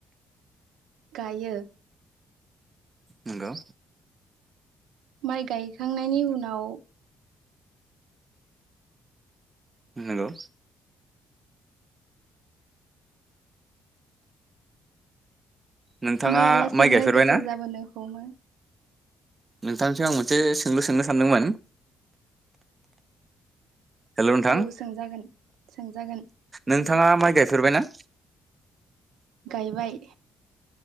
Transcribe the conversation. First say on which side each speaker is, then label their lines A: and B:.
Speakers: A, on the right; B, on the right.
A: गायो
B: नोंगौ
A: माइ गायखांनायनि उनाव
B: नोंगौ नोंथाङा
A: माइ आ लासैनो
B: गायफेरबायना
A: गोजौ जाबोनो हमो।
B: नोंथांनिसिम आं मोनसे सोंलु सोंनो सानदोंमोन। हेल' नोंथां
A: औ सोंजागोन सोंजागोन
B: नोंथाङा माइ गायफेरबायना?
A: गायबाय